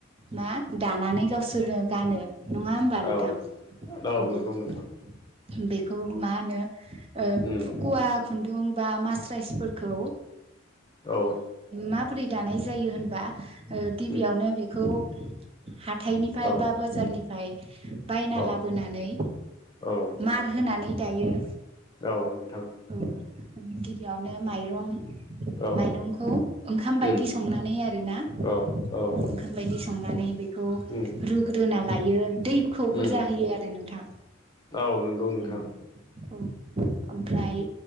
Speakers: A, on the right; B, on the left.
A: मा दानानै गावसोरनो गानो नङा होमबा नोंथां
B: औ औ
A: औ
B: नंगौ नोंथां
A: बेखौ मा होनो
B: उम
A: फुकुवाखु खुन्दुं बा मास्राइसफोरखौ
B: औ
A: माबोरै दानाय जायो होनबा गिबियावनो
B: उम
A: बेखौ हाथाइनिफ्राय
B: औ
A: बा बाजारनिफ्राय बायना
B: औ
A: लाबोनानै
B: औ
A: मार होनानै दायो
B: औ नोंथां
A: औ गिबियावनो माइरं
B: औ
A: माइरंखौ ओंखाम बायदि
B: उम
A: संनानै आरोना
B: औ औ
A: ओंखाम बायदि संनानै बेखौ
B: उम
A: रुग्रोना लायो दै खौ बुरजा
B: उम
A: होयो आरो नोंथां
B: औ नंगौ नोंथां
A: औ औ ओमफ्राय